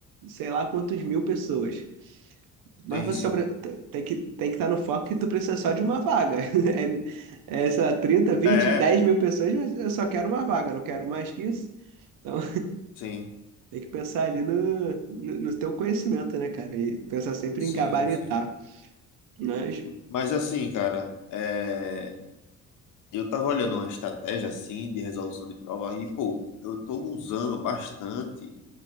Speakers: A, on the right; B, on the left.
A: sei lá, quantos mil pessoas. Mas
B: Sim,
A: você
B: sim.
A: só pre- t- tem que, tem que estar no foco que tu precisa só de uma vaga. <laughs> É, é, sei lá, 30, 20,
B: É,
A: 10 mil pessoas, mas eu só quero uma vaga, não quero mais que isso. Então,
B: sim,
A: Tem que pensar ali no, no, no teu conhecimento, né, cara? E pensar sempre
B: sim,
A: em gabaritar.
B: sim.
A: Mas,
B: Mas assim, cara, é, eu tava olhando uma estratégia assim de resolução de prova e, pô, eu tô usando bastante